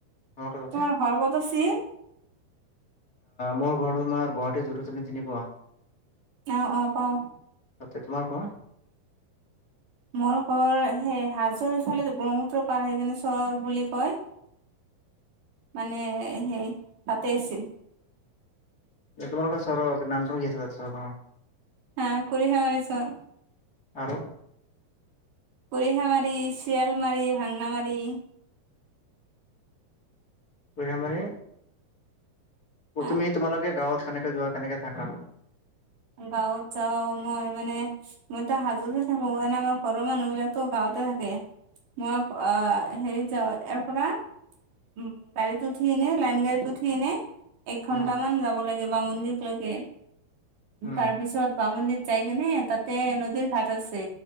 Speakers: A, on the left; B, on the right.
A: তোমালোকৰ তাতে
B: তোমাৰ ঘৰ ক'ত আছিল?
A: মোৰ ঘৰ তোমাৰ গুৱাহাটী যত <unintelligible> শ্ৰেণী চিনি পোৱা?
B: অ', অ', পাও।
A: তাতে, তোমাৰ ঘৰ?
B: মোৰ ঘৰ সেই হাজোৰ ইফালে ব্ৰহ্মপুত্ৰ পাৰ সেই কিনে চৰ বুলি কয়। মানে সেই তাতে আছিল।
A: তোমাৰোকৰ চৰ নামটো কি <unintelligible> থ চৰ
B: হা কৰি হেৱাৰি চ <unintelligible>
A: আৰু
B: পৰিহা মাৰি, শিয়াল মাৰি, ভাংনা মাৰি।
A: বুঢ মান <unintelligible>
B: হা
A: তুমি তোমালোকে গাঁৱত কেনেকে যোৱা কেনেকে থাকা?
B: গাঁৱত যাওঁ মই মানে মইতো হাজোতে থাকো, এনে আমাৰ ঘৰৰ মানুহবিলাক গাঁৱত থাকে, মই আহ হেৰিত যাওঁ ইয়াৰ পৰা উম গাড়ীত উঠি এনে লাইন গাড়ীত উঠি এনে এক
A: উম
B: ঘন্টা মান যাব লাগে। বামন্দিৰ লকে,
A: উম
B: তাৰপিছত বামন্দিৰ যাই কিনে তাতে নদীৰ ঘাাট আছে